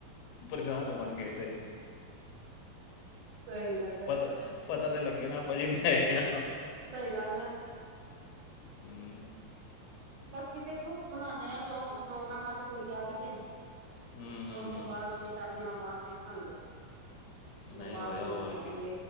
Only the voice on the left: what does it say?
ਪਰੇਸ਼ਾਨ ਹੋਵਾਂਗੇ ਤੇ,
ਪਤਾ ਪਤਾ ਤੇ ਲੱਗੇ ਨਾ ਆਪਾਂ ਜਿੰਦਾ ਹੈਗੇ
ਹਮ
ਹੂੰ ਹੂੰ
ਹੂੰ।
ਨਹੀਂ
ਹੋਇਆ
ਹੋਰ
ਕੀ